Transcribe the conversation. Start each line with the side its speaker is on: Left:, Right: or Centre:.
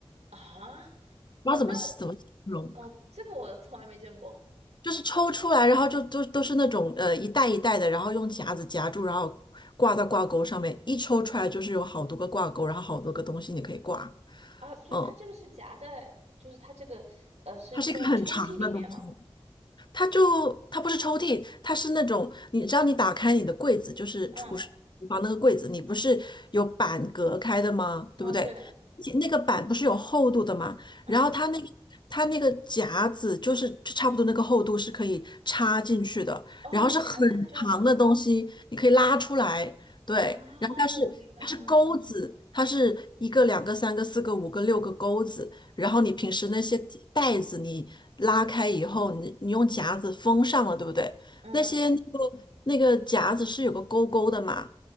Right: 啊。
Left: 不知道怎么怎么形容，
Right: 哦，那我，哦，这个我从来没见过
Left: 就是抽出来，然后就都都是那种呃一袋一袋的，然后用夹子夹住，然后挂到挂钩上面，一抽出来就是有好多个挂钩，然后好多个东西你可以挂。
Right: 啊，所以它这个是夹在，
Left: 嗯，
Right: 就是它这个，呃，是在抽屉里面吗？
Left: 它是一个很长的东西，它就它不是抽屉，它是那种你知道你打开你的柜子，就是厨师厨房那个柜子，
Right: 嗯
Left: 你不是有板隔开的吗？对不对？
Right: 嗯，对，
Left: 那个板不是有厚度的吗？
Right: 嗯，
Left: 然后它那个它那个夹子就是就差不多那个厚度是可以插进去的，
Right: 哦，
Left: 然后是很长的东西，
Right: 夹在那个，
Left: 你可以拉出来，对，
Right: 啊，
Left: 然后它是它是钩子，
Right: 我明白了，
Left: 它是一个两个三个四个五个六个钩子。然后你平时那些袋子你拉开以后，你你用夹子封上了，对不对？
Right: 嗯，
Left: 那些那个那个夹子是有个勾勾的嘛，